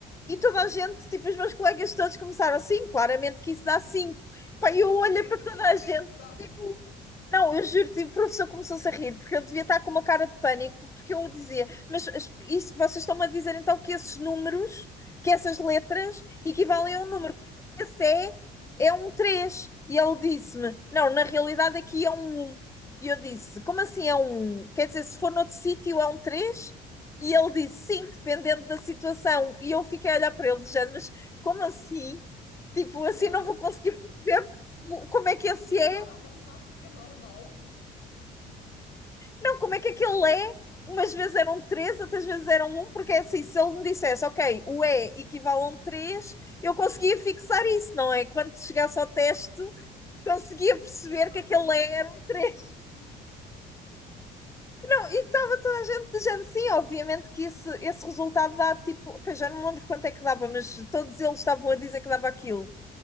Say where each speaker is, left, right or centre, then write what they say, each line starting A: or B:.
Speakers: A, on the left; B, on the left.
A: E toda a gente, tipo, os meus colegas todos começaram assim, claramente que isso dá cinco
B: E
A: Pá,
B: tu,
A: e eu olhei
B: como
A: para
B: assim?
A: toda
B: Como
A: a gente,
B: é que isso dá 5?
A: tipo, não, eu juro-te, o professor começou-se a rir, porque ele devia estar com uma cara de pânico, porque eu o dizia, mas as- isso, vocês estão-me a dizer então que esses números, que essas letras equivalem
B: Dão cinco.
A: a um número, por exemplo, esse é, é um 3? e ele disse-me, não, na realidade aqui é um 1, e eu disse, como assim é um 1? Quer dizer, se for noutro sítio é um 3? E ele disse, sim, dependendo da situação, e eu fiquei a olhar para ele, dizendo, mas como assim? Tipo,
B: Yeah.
A: assim não vou conseguir perceber como
B: E
A: é que
B: podemos
A: esse
B: voltar
A: é,
B: à matemática normal.
A: Não, como é que aquele é? Umas vezes eram três, outras vezes eram um, um, porque é assim, se ele me dissesse, ok, o E equivale a um três eu conseguia fixar isso, não é? Quando chegasse ao teste, conseguia perceber
B: Não, normalmente
A: que aquele E
B: nunca
A: era
B: é
A: um
B: assim
A: três
B: tão simples.
A: Não, e estava toda a gente dizendo sim, obviamente que esse, esse resultado dá tipo, pá, já não me lembro quanto é que dava, mas todos eles estavam a dizer que dava aquilo.